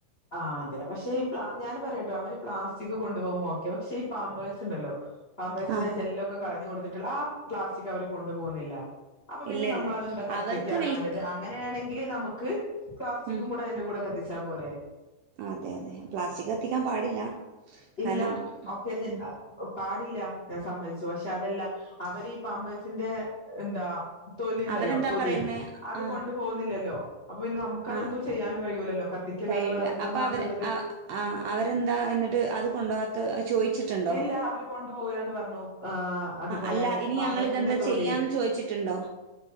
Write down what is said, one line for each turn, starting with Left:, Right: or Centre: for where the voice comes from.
Left: ആ അതെ പക്ഷേ ഈ പ്ലാ ഞാൻ പറയാട്ടോ അവര് പ്ലാസ്റ്റിക് കൊണ്ട് പോകുമോ ഒക്കെ പക്ഷേ ഈ പാമ്പേഴ്സ് ഇണ്ടല്ലോ പാമ്പേഴ്സിന്റെ
Right: ആഹ്
Left: ജെല്ലൊക്കെ കളഞ്ഞു കൊടു <unintelligible> ആ പ്ലാസ്റ്റിക് അവര് കൊണ്ടു പോകുന്നില്ല. അപ്പ പിന്നെ
Right: ഇല്ല
Left: നമ്മളത്
Right: ഇല്ല
Left: എന്താ കത്തിക്കാണ്
Right: അവർക്ക് വിൽക്ക്
Left: വേണ്ടത് അങ്ങനെയാണെങ്കില് നമുക്ക് പ്ലാസ്റ്റിക്കും
Right: ഉം
Left: കൂടെ അതിന്റെ കൂടെ കത്തിച്ചാ പോരേ.
Right: അതെ അതെ പ്ലാസ്റ്റിക് കത്തിക്കാൻ പാടില്ല.
Left: ഇല്ല
Right: കാരണം
Left: ഓക്കെ
Right: ഉം
Left: പാട് ടില്ല. ഞാൻ സമ്മതിച്ചു പക്ഷേ അതല്ല അവര് പമ്പേഴ്സിന്റെ എന്താ തൊലി ഇണ്ടല്ലോ
Right: അവരെന്താ
Left: തൊലി
Right: പറയുന്നേ
Left: അത്കൊണ്ട്
Right: ആഹ്
Left: പോകുന്നില്ലല്ലോ. അപ്പോ പിന്നെ നമുക്ക് അതെന്തും
Right: ആഹ്
Left: ചെയ്യാനും കഴിയൂലല്ലോ കത്തിക്കല്ലാതെ
Right: കഴിയൂല
Left: വേറെന്താ
Right: അപ്പൊ
Left: മാർഗ
Right: അവര്
Left: ഇള്ളത്.
Right: ആഹ് ആഹ് അവരെന്താ എന്നിട്ട് അത് കൊണ്ടോവാത്ത ചോയിച്ചിട്ടുണ്ടോ
Left: ഇല്ല അവര് കൊണ്ടുപോകുല്ലാന്ന് പറഞ്ഞു, ആഹ് അതുപോലെ
Right: അല്ല ഇനി
Left: പാമ്പസിന്റെ
Right: ഞങ്ങൾ ഇതെന്താ
Left: തോലി
Right: ചെയ്യാന്ന് ചോയിച്ചിട്ടുണ്ടോ